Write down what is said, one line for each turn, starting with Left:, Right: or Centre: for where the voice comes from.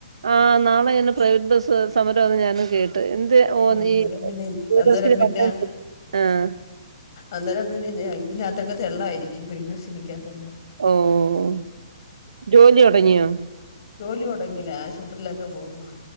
Right: ആഹ് നാളെ ഇങ്ങനെ പ്രൈവറ്റ് ബസ്സ് സമരവാന്ന് ഞാനും കേട്ട് എന്ത് ഓ
Left: ആഹ്
Right: നീ
Left: അന്നേരം പിന്നെ ഇത്
Right: പ്രിയദർശിനി
Left: അന്നേരം പിന്നെ
Right: വന്നേ ആഹ്
Left: അന്നേരം പിന്നെ ആഹ് ഇതിനാത്തൊക്കെ തെള്ളായിരിക്കും പ്രിയദർശിനിക്കാത്തെല്ലാം.
Right: ഓഹ് ജോലി തൊടങ്ങിയോ?
Left: ജോലി തൊടങ്ങീല്ലാ ആശുപത്രിയിലൊക്കെ പോവും